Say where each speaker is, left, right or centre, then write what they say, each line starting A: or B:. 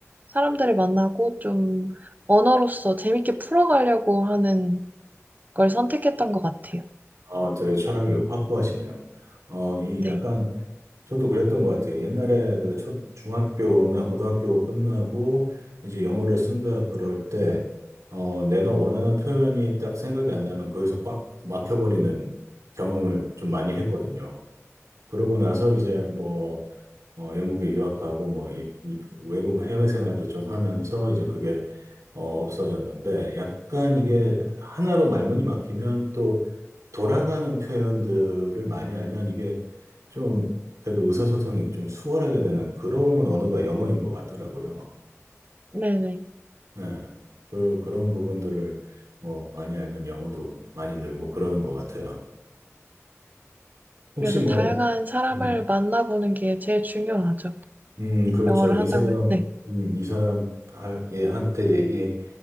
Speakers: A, on the right; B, on the right.
A: 사람들을 만나고 좀 언어로서 재밌게 풀어가려고 하는 걸 선택했던 것 같아요.
B: 어, 되게 철학이 확고하시네요. 어, 이
A: 네.
B: 약간, 저도 그랬던 것 같아요. 옛날에 그 첫, 중학교나 고등학교 끝나고 이제 영어를 쓴다 그럴 때, 어, 내가 원하는 표현이 딱 생각이 안 나면 거기서 꽉 막혀버리는 경험을 좀 많이 했거든요. 그러고 나서 이제 뭐, 어, 영국에 유학하고 뭐 이, 이 외국 해외 생활도 좀 하면서 이제 그게 어, 없어졌는데 약간 이게 하나로 말문이 막히면 또 돌아가는 표현들을 많이 알면 이게 좀 그래도 의사소통이 좀 수월하게 되는 그런 언어가 영어인 것 같더라고요.
A: 네네.
B: 네. 그, 그런 부분들을 뭐 많이 알면 영어도 많이 늘고 그러는 것 같아요. 혹시
A: 그래서
B: 뭐,
A: 다양한 사람을
B: 음,
A: 만나보는 게 제일 중요하죠.
B: 음, 그렇죠.
A: 영어를
B: 이
A: 한다고.
B: 사람,
A: 해- 네.
B: 음, 이 사람 하- 얘한테 얘기